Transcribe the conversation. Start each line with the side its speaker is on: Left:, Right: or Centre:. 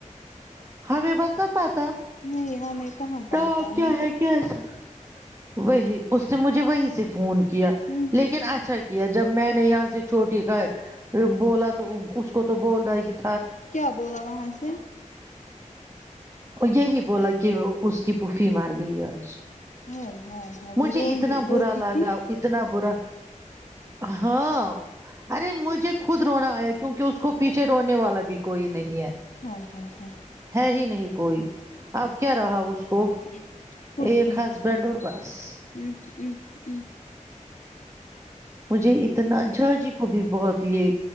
Right: <unintelligible> <unintelligible>
Left: نہیں ہمیں کہاں پاتا ہے
Right: اس نے مجھے وہی سے فون کیا
Left: ہوں
Right: لیکن اچھا جب میں نے یہاں سے چھوٹی کا ہے بولا تو تو اس کو تو بول رہا ہے
Left: کیا بولا وہاں سے
Right: اور یہی بولا کہ اس کی پھوفھی مار گئی آج
Left: ہائے ہائے ہ وہ
Right: مجھے
Left: رو
Right: اتنا
Left: روتی
Right: برا لگا
Left: تھی
Right: اتنا برا ہاں ارے مجھے خود رونا آیا کیونکہ اس کو پیچھے رونے والا بھی کوئی نہیں
Left: ہائے ہائے ہائے
Right: ہے ہی نہیں کوئی اب کیا رہا اس
Left: <unintelligible>
Right: کو ایک ہسبینڈ اور بس مجھے اتنا جھاجی کو بھی بہت یہ